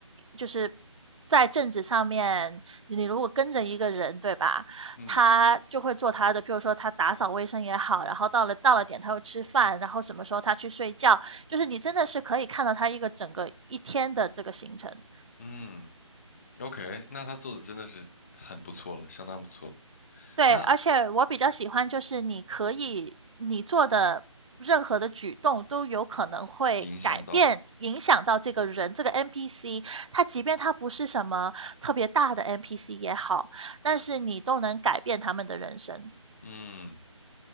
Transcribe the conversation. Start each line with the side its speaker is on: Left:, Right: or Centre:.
Right: 就是在政治上面，你如果跟着一个人，对吧？
Left: 嗯
Right: 他就会做他的，譬如说他打扫卫生也好，然后到了到了点他会吃饭，然后什么时候他去睡觉，就是你真的是可以看到他一个整个一天的这个行程。
Left: 嗯，OK，那他做的真的是很不错了，相当不错了。
Right: 对，
Left: 那
Right: 而且我比较喜欢就是你可以你做的任何的举动都有可能会改变影响到这个人这个
Left: 影响到，
Right: NPC，他即便他不是什么特别大的 NPC 也好，但是你都能改变他们的人生。
Left: 嗯，